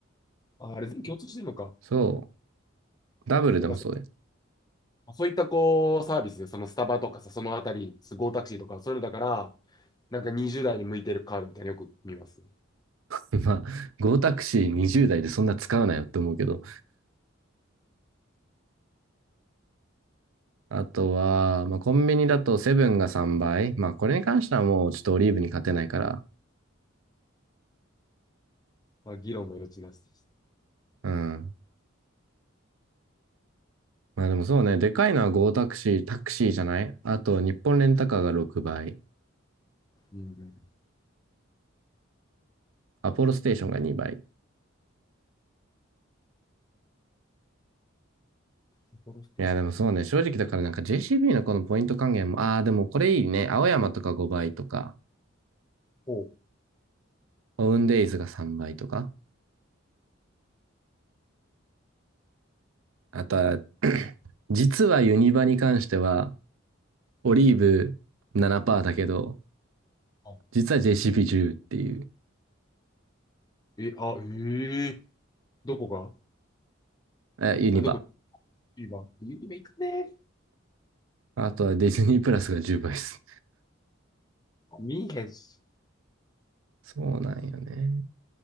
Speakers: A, on the left (about 20°); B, on the right (about 85°).
A: あ、あれ全部共通してるのか。
B: そう。ダブルでもそうです。
A: だからそういったこう、サービスで、そのスタバとかさ、そのあたり、ゴータクシーとか、そういうのだから、なんか20代に向いてるカードみたいなのよく見ます。
B: <laughs> まあ、ゴータクシー20台でそんな使うないよって思うけど。あとは、まあ、コンビニだとセブンが3倍。まあ、これに関してはもうちょっとオリーブに勝てないから。
A: まあ、議論の余地なしでした。
B: うん。まあでもそうね、でかいのはゴータクシー、タクシーじゃないあと、日本レンタカーが6倍。
A: うんうん。
B: アポロステーションが2倍。い
A: 札幌ステーションが見えてる。
B: や、でもそうね、正直だからなんか JCB のこのポイント還元も、ああ、でもこれいいね。青山とか5倍とか、
A: おう
B: オウンデイズが3倍とか。あとは、実はユニバに関しては、オリーブ7%
A: はい。
B: だけど、
A: は
B: 実は JCP10 っていう、
A: い。え、あ、ええどこが
B: え、ユニバ。
A: あ、どこ今。今行くね。
B: あとはディズニープラスが10倍です。
A: 見えへんし。
B: そうなんよね。